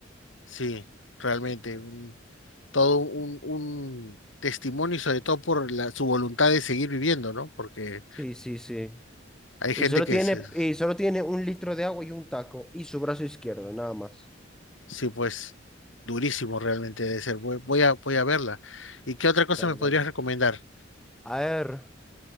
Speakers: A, on the left; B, in the centre.
A: sí, realmente. todo un, un testimonio y sobre todo por la, su voluntad de seguir viviendo, ¿no? Porque
B: Sí, sí, sí.
A: hay gente
B: Y solo
A: que
B: tiene,
A: se-
B: y solo tiene un litro de agua y un taco y su brazo izquierdo, nada más.
A: sí, pues, durísimo realmente de ser. Voy, voy a, voy a verla. ¿Y qué otra cosa
B: Dale,
A: me podrías
B: dale.
A: recomendar?
B: A ver.